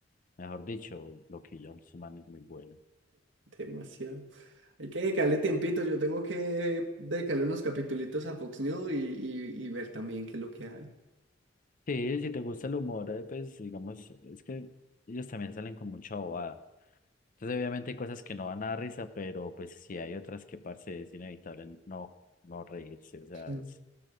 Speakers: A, on the left; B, on the right.
A: mejor dicho, lo que yo, ese man es muy bueno.
B: demasiado. Hay que dedicarle tiempito, yo tengo que dedicarle unos capitulitos a Fox News y, y- y ver también qué es lo que hay.
A: Sí, si te gusta el humor, eh, pues digamos, es que ellos también salen con mucha bobada. Entonces, obviamente hay cosas que no van a dar risa, pero pues sí hay otras que, parce, es inevitable no, no reírse, o sea,
B: Mm,
A: es